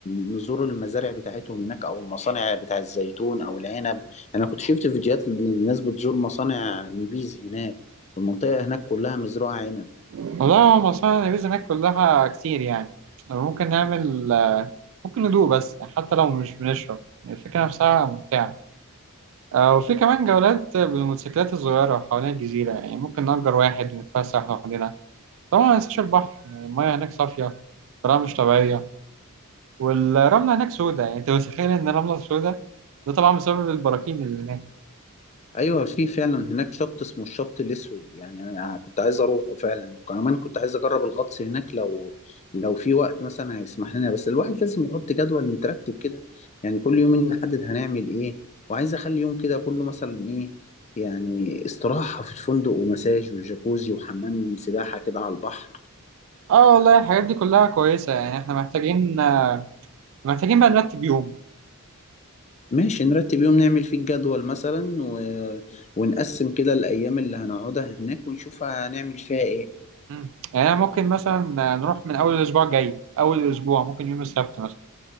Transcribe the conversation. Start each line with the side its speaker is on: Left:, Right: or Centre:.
Left: نزور المزارع بتاعتهم هناك او المصانع بتاع الزيتون او العنب يعني انا كنت شفت فيديوهات للناس بتزور مصانع نبيز هناك والمنطقة هناك كلها مزروعة عنب
Right: والله هو مصانع النبيذ هناك كلها كتير يعني ممكن نعمل ممكن ندوق بس حتى لو مش بنشرب الفكرة نفسها ممتعة آه، وفي كمان جولات بالموتوسيكلات الصغيرة حوالين الجزيرة يعني ممكن نأجر واحد ونتفسح حوالينا طبعا ما ننساش البحر يعني المياه هناك صافية بطريقة مش طبيعية والرملة هناك سودة يعني انت متخيل ان الرملة سودة ده طبعا بسبب البراكين اللي هناك
Left: ايوه في فعلا هناك شط اسمه الشط الاسود يعني انا كنت عايز اروحه فعلا كمان كنت عايز اجرب الغطس هناك لو لو في وقت مثلا هيسمح لنا بس الواحد لازم يحط جدول مترتب كده يعني كل يومين نحدد هنعمل ايه وعايز اخلي يوم كده كله مثلا ايه يعني استراحة في الفندق ومساج وجاكوزي وحمام سباحة كده على البحر
Right: اه والله الحاجات دي كلها كويسة يعني احنا محتاجين محتاجين بقى نرتب يوم
Left: ماشي نرتب يوم نعمل فيه الجدول مثلا و... ونقسم كده الأيام اللي هنقعدها هناك ونشوف هنعمل فيها ايه
Right: مم. يعني أنا ممكن مثلا نروح من اول الاسبوع الجاي اول الاسبوع ممكن يوم السبت مثلا